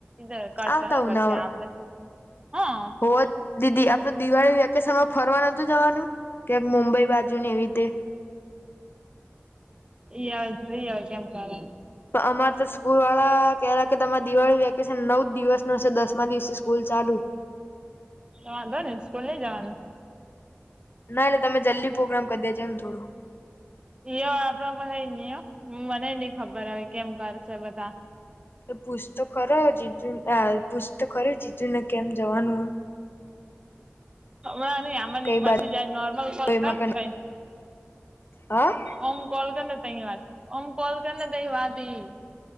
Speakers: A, on the right; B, on the left.
A: કધ કરશે,
B: આવતા
A: પછી
B: ઉનાળો
A: આપડે હા
B: હોવ દીદી આપડ દિવાળી વેકેશન માં ફરવા નતું જવાનું ક્યાંક મુંબઈ બાજુ ને એવી રીતે
A: એ આવ જોઈ કેમ કરે
B: પણ અમારે તો સ્કૂલ વાળા ક કે તમારે દિવાળી વેકેશન નવ જ દિવસ ન હશે, દસમા દિવસે સ્કૂલ ચાલુ
A: જવા તો ને સ્કૂલ નઈ જવાનું
B: ના એટલે તમે જલ્દી પ્રોગ્રામ ક છે, એમ થોડો
A: યો આપડ યો મને નહ ખબર હ કેમ કરશે, બધા
B: તો પૂછતો ખરો જીજુ પૂછત ખરી જીજુ ને કેમ જવાનું
A: <inaudible> હમણાં નહી, આમાં
B: કઈ
A: ન પછી
B: બાજુ
A: જાય નોર્મલ કોલ
B: એમાં
A: કર ને કઈ
B: હા હ
A: ઓમ કોલ કર ને તની વાત અમ કોલ કરી ને તઈ વાત એઈ